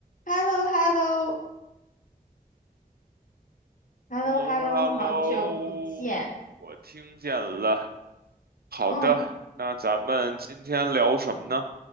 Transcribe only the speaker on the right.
Hello，Hello，
我听见了。好的，
那咱们今天聊什么呢？